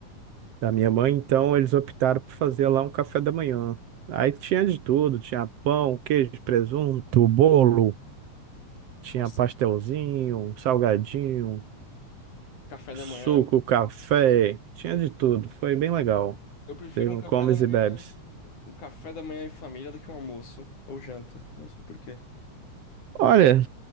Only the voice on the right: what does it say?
da minha mãe, então eles optaram por fazer lá um café da manhã. Aí tinha de tudo, tinha pão, queijo, presunto, bolo, tinha
pastelzinho, salgadinho,
suco,
café, tinha de tudo. Foi bem legal.
Teve
um
comes
e bebes.
Olha,